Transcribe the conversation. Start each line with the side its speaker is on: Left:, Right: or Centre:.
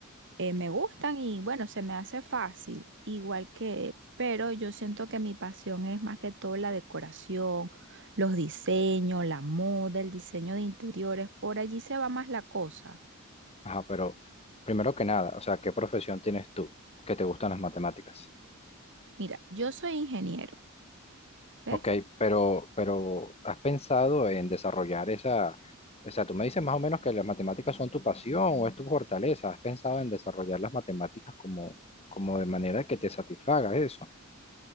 Right: eh, me gustan y bueno, se me hace fácil, igual que, pero yo siento que mi pasión es más que todo la decoración, los diseños, la moda, el diseño de interiores, por allí se va más la cosa.
Left: Ajá, pero primero que nada, o sea, ¿qué profesión tienes tú? ¿Que te gustan las matemáticas?
Right: Mira, yo soy ingeniero, ¿ves?
Left: Ok, pero, pero ¿has pensado en desarrollar esa, o sea, tú me dices más o menos que las matemáticas son tu pasión o es tu fortaleza? ¿Has pensado en desarrollar las matemáticas como, como de manera que te satisfaga eso?